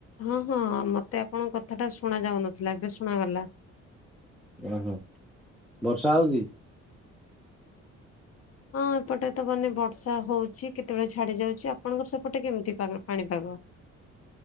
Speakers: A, on the left; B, in the centre.
A: ହଁ ହଁ ମତେ ଆପଣଙ୍କ କ କଥାଟା ଶୁଣା ଯାଉନଥିଲା ଏବେ ଶୁଣାଗଲା।
B: ହଁ ହଁ ବର୍ଷା ହଉଛି?
A: ହଁ ଏପଟେ ତ ମାନେ ବର୍ଷା ହଉଛି କେତେବେଳେ ଛାଡି ଯାଉଛି ଆପଣଙ୍କର ସେପଟେ କେମିତି ପାଣିପାଗ?